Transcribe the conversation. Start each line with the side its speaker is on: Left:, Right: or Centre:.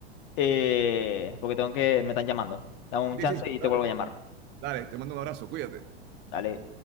Left: eh, porque tengo que, me están llamando. Dame un
Right: sí,
Left: chance
Right: sí,
Left: y
Right: dale,
Left: te vuelvo a llamar.
Right: dale, te mando un abrazo, cuídate.
Left: Dale.